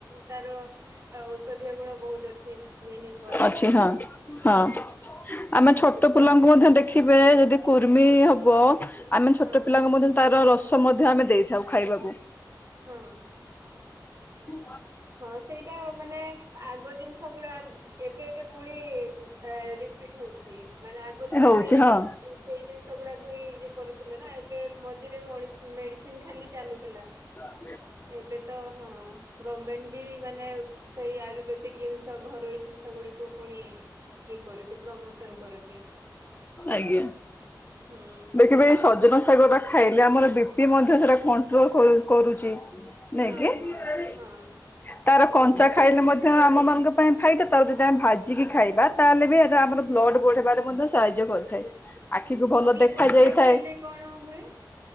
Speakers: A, on the right; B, on the left.
A: ତାର ଔଷଧୀୟ ଗୁଣ ବହୁତ ଅଛି ଇଏ ନିମ୍ବର,
B: ଅଛି ହଁ ହଁ
A: ହୁଁ।
B: ଆମେ ଛୋଟ ପିଲାଙ୍କୁ ମଧ୍ୟ ଦେଖିବେ ଯଦି କୁର୍ମି ହବ ଆମେ ଛୋଟ
A: ହଁ
B: ପିଲାଙ୍କୁ
A: ହଁ
B: ମଧ୍ୟ ତାର ରସ ମଧ୍ୟ ଆମେ ଦେଇଥାଉ ଖାଇବାକୁ।
A: ହଁ।
B: ହୁଁ
A: ହଁ ସେଇଟା ମାନେ ଆଗ ଜିନିଷଗୁଡା ଏବେ ଏବେ ପୁଣି-ଇ ରିପିଟ୍ ହଉଛି ମାନେ ଆଗରୁ ତ
B: ହଉଛି
A: ସେଇ
B: ହଁ
A: ସେଇ ଜିନିଷ ଗୁଡାକୁ ହିଁ ଇଏ କରୁଥିଲେ ନା ଏବେ ମଝିରେ ମଡିସ୍ ମେଡିସିନ୍ ଖାଲି ଚାଲୁଥିଲା।
B: ହୁଁ
A: ଏବେ ତ ହଁ ଗମେଣ୍ଟ ବି ମାନେ ସେଇ ଆୟୁର୍ବେଦିକ ଜିନିଷ ଘରୋଇ ଜିନିଷ ଗୁଡିକୁ ପୁଣି ଇଏ କରୁଚି ପ୍ରମୋସନ କରୁଚି।
B: ଆଞା।
A: ହୁଁ
B: ଦେଖିବେ ଏଇ ସଜନା ଶାଗ ଟା ଖାଇଲେ ଆମର ବି ପି ମଧ୍ୟ ସେଟା କଣ୍ଟ୍ରୋଲ କରୁ କରୁଛି। ନାଇଁ
A: ହଁ
B: କି
A: ହଁ ହଁ
B: ତାର କଞ୍ଚା ଖାଇଲେ ମଧ୍ୟ ଆମମାନଙ୍କ ପାଇଁ ଫାଇଦା ତାଉ ଯଦି ଆମେ ଭାଜିକି ଖାଇବା ତାହେଲେ ବି ଏଟା ଆମର ବ୍ଲଡ଼୍ ବଢ଼ବାରେ ମଧ୍ୟ ସାହାଯ୍ୟ କରିଥାଏ ଆଖିକୁ ଭଲ
A: ହଁ ଇଏ
B: ଦେଖ
A: କଞ୍ଚା
B: ଯାଇଥାଏ।
A: ଖାଇଲେ କଣ ହୁଏ